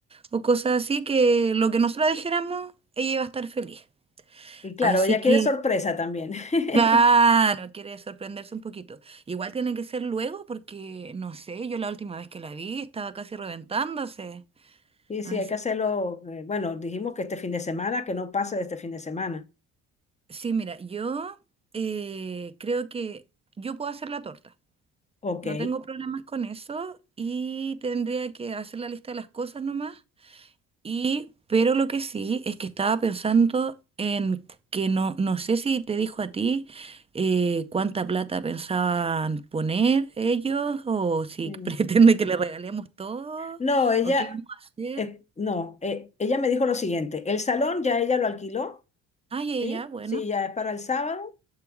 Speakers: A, on the right (about 20°); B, on the left (about 20°).
A: o cosas así, que lo que nosotras dijéramos, ella iba a estar feliz.
B: Y claro,
A: Así
B: ella
A: que,
B: quiere sorpresa también. <laughs>
A: claro, quiere sorprenderse un poquito. Igual tiene que ser luego porque, no sé, yo la última vez que la vi estaba casi reventándose.
B: y
A: Así
B: sí, hay que hacerlo.
A: que,
B: eh, bueno, dijimos que este fin de semana, que no pase de este fin de semana.
A: sí, mira, yo eh, creo que yo puedo hacer la torta.
B: Ok.
A: No tengo problemas con eso y tendría que hacer la lista de las cosas nomás. Y, pero lo que sí es que estaba pensando en que no, no sé si te dijo a ti eh, cuánta plata pensaban poner ellos o si
B: Mm.
A: <laughs> pretende que le regalemos todo
B: No, ella,
A: o qué vamos a hacer.
B: eh, no, eh, ella me dijo lo siguiente, el salón ya ella lo alquiló,
A: Ah, ya, ya,
B: ¿sí?
A: ya, bueno,
B: Sí, ya es para el sábado.